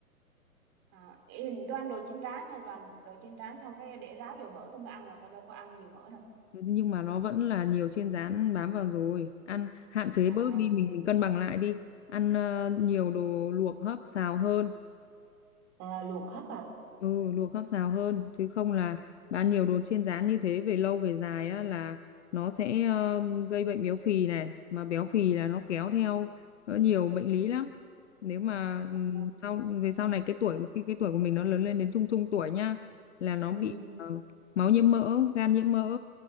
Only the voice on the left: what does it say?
nhưng mà nó vẫn là nhiều chiên rán bám vào rồi ăn hạn chế
bớt đi mình mình cân bằng lại đi ăn ờ, nhiều đồ luộc hấp xào hơn
Ừ, luộc hấp xào hơn chứ không là bán nhiều đồ chiên rán như thế về lâu về dài á là nó sẽ ờ, gây bệnh béo phì này mà béo phì là nó kéo theo ờ, nhiều bệnh lý lắm nếu mà ừm,
sau về sau này cái tuổi khi cái tuổi của mình nó lớn lên đến trung trung tuổi nhá là nó bị
ờ, máu nhiễm mỡ gan nhiễm mỡ